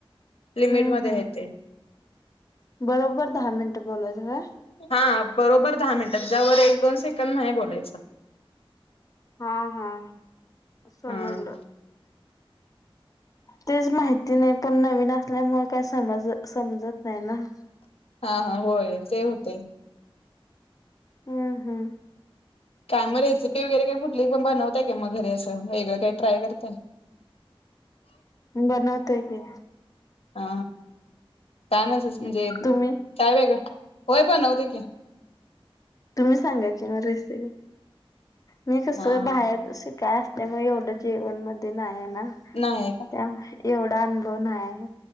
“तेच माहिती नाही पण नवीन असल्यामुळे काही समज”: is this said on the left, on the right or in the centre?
Left